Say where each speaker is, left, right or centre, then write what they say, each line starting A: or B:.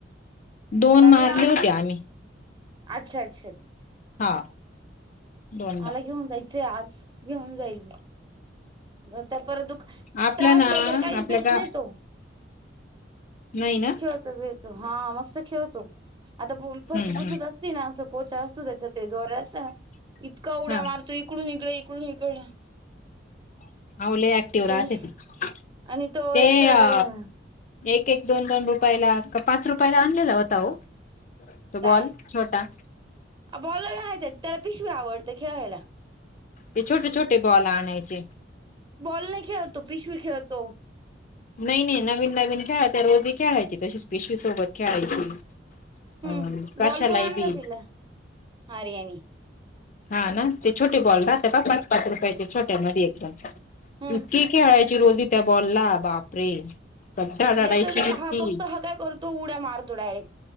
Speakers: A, on the left (about 45°); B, on the right (about 25°).
A: दोन
B: कारण
A: मारले
B: वा
A: होते आम्ही
B: अच्छा-अच्छा.
A: हा. दोनदा
B: मला घेऊन जायचंय आज, घेऊन जाईल, नंतर परत दुख ख
A: आपल्या
B: त्रास
A: ना
B: वगैरे काहीच
A: आपल्या
B: देत
A: गा
B: नाही तो.
A: नाही ना?
B: खेळतो -भिळतो हा मस्त खेळतो, आता फरची
A: हम्म
B: पुसत
A: हम्म
B: अस तीना पोचा असतो, त्याच्या ते दोऱ असता ना, इतका उड्या
A: हा
B: मारतो इकडून इकडे इकडं
A: आओ ले ऍक्टिव्ह
B: टेन्शन
A: राहत्या, ते
B: आणि तो
A: ते
B: एक तर
A: अ एक-एक, दोन-दोन रुपयाला का पाच रुपयाला आणलेला होता हो तो
B: काय
A: बॉल छोटा?
B: बॉलर आहे, त्याला पिशवी आवडते खेळायला.
A: ते छोटे-छोटे बॉल आणायचे.
B: बॉल नाही खेळत, तो पिशवी खेळतो.
A: नही-नही, नवीन-नवीन खेळा त्या रोजी खेळायची तशीच पिशवी सोबत खेळायची.
B: हम्म
A: ह कशालाय
B: बॉल पण आणला
A: बी.
B: तिला आर्यानी
A: हा ना ते छोटे बॉल राहत्या पहा, पाच-पाच रुपयाचे छोट्या मध्ये एकदम?
B: हम्म
A: इतकीे खेळायची रोजी त्या बॉलला बापरे. गड्डा रडायची
B: याच लइ,
A: इतकी.
B: हा फक्त हा काय कर तो उड्या मारतो डायरेक्ट,